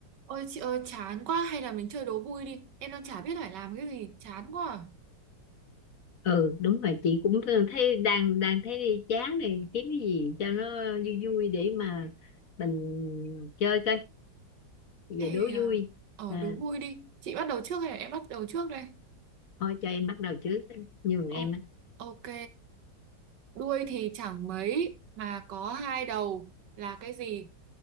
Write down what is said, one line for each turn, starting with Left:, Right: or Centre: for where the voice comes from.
Right: Ôi chị ơi chán quá hay là mình chơi đố vui đi Em đang chả biết phải làm cái gì Chán quá à.
Left: ừ đúng rồi chị cũng thấy đang đang thấy chán này kiếm cái gì cho nó vui vui để mà mình chơi coi Bây
Right: Thì
Left: giờ đố
Right: à,
Left: vui
Right: ở
Left: à,
Right: đố vui đi Chị bắt đầu trước hay là em bắt đầu trước đây
Left: thôi cho em bắt đầu trước nhường
Right: Ô-
Left: em á
Right: Ok Đuôi thì chẳng mấy Mà có hai đầu là cái gì